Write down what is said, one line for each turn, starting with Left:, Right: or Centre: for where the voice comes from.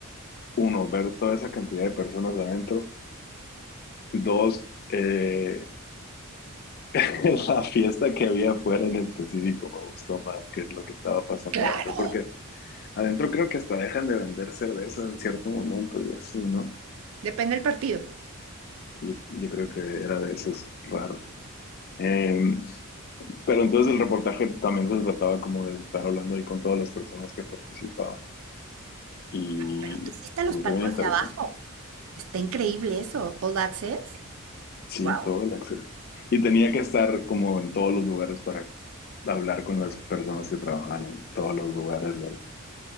Left: uno, ver toda esa cantidad de personas adentro. Dos, eh, <laughs> la fiesta que había afuera en específico me gustó más que lo que estaba pasando
Right: Claro.
Left: adentro. Porque adentro creo que hasta dejan de vender cerveza en cierto momento y así, ¿no?
Right: Depende del partido.
Left: Y yo creo que era de esos raros. Eh, pero entonces el reportaje también se trataba como de estar hablando ahí con todas las personas que participaban y
Right: Pero tú fuiste
Left: se
Right: a los
Left: me
Right: palcos
Left: hizo bien interesante.
Right: de abajo. Está increíble eso. All Access.
Left: Sí,
Right: Wow.
Left: todo el acceso. Y tenía que estar como en todos los lugares para hablar con las personas que trabajaban en todos los lugares del,